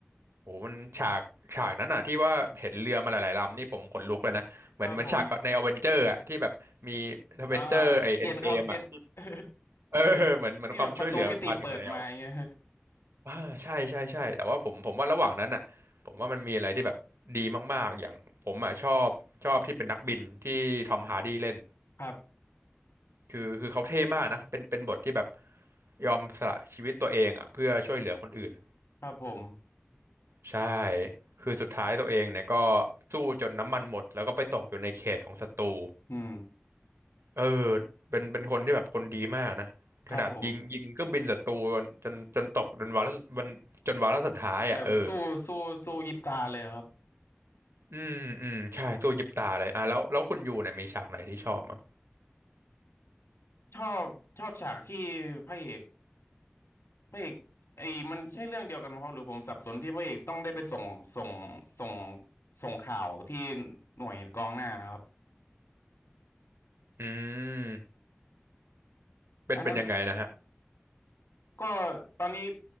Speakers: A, on the right (about 80°); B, on the left (about 85°).
A: โอ้โหมันฉากฉากนั้นอ่ะที่ว่าเห็นเรือมาหลายๆลำนี่ผมขนลุกเลยนะเหมือนเหมือนฉากในอเวนเจอร์อ่ะที่แบบมีอเวนเจอร์ไอเอ็นเกมอ่ะ
B: ครับผมอ่าเก็ตครับเก็ต <laughs>
A: เออเหมือนเหมือนความช่วยเหลือมันมาถึงแล้ว
B: ที่แบบประตูมิติเปิดมาอย่างเงี้ย
A: อ่าใช่ใช่ใช่แต่ว่าผมผมว่าระหว่างนั้นอ่ะผมว่ามันมีอะไรที่แบบดีมากๆอย่างผมอ่ะชอบชอบที่เป็นนักบินที่ทอมฮาร์ดีเล่น
B: ครับ
A: คือคือเขาเท่มากนะเป็นเป็นบทที่แบบยอมสละชีวิตตัวเองอ่ะเพื่อช่วยเหลือคนอื่น
B: ครับผม
A: ใช่คือสุดท้ายตัวเองเนี่ยก็สู้จนน้ำมันหมดแล้วก็ไปตกอยู่ในเขตของศัตรู
B: อืม
A: เออเป็นเป็นคนที่แบบคนดีมากนะขนาดยิงยิงเครื่องบินศัตรูจนจนจนตกจนวาระจนจนวาระสุดท้ายอ่ะเออ
B: ครับผมแบบสู้สู้สู้ยิบตาเลยครับ
A: อืมอืมใช่สู้ยิบตาเลยอ่ะแล้วแล้วคุณยูเนี่ยมีฉากไหนที่ชอบมั้ง
B: ชอบชอบฉากที่พระเอก พระเอกไอ้มันใช่เรื่องเดียวกันไหมครับหรือผมสับสนที่พระเอกต้องได้ไปส่งส่งส่งส่งข่าวที่หน่วยกองหน้านะครับ
A: อืมเป็นเป็นยังไงนะฮะ
B: อันนั้นก็ตอนนี้